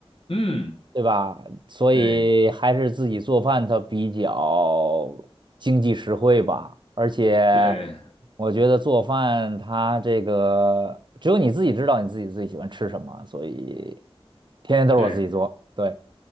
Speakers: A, on the left (about 65°); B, on the right (about 50°).
A: 嗯，
B: 对吧？所以还是自己做饭它比较经济实惠吧，
A: 对
B: 而且
A: 对
B: 我觉得做饭它这个只有你自己知道你自己最喜欢吃什么，所以天天都是我自己做。
A: 对，
B: 对，